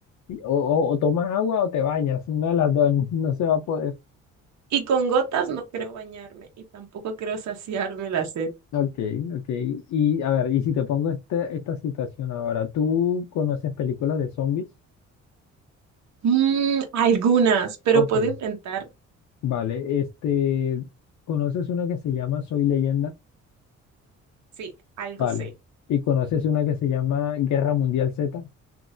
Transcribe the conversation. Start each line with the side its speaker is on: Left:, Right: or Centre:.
Left: y- o, o- o tomas agua o te bañas, una de las dos, <laughs> no se va a poder.
Right: Y con gotas no creo bañarme y tampoco creo saciarme la sed.
Left: Ok, ok. Y a ver, y si te pongo este, esta situación ahora, ¿tú conoces películas de zombies?
Right: Mm, algunas, pero
Left: Ok.
Right: puedo inventar,
Left: Vale, este, ¿conoces una que se llama Soy Leyenda?
Right: sí, algo
Left: Vale.
Right: sé.
Left: ¿Y conoces una que se llama Guerra Mundial Z?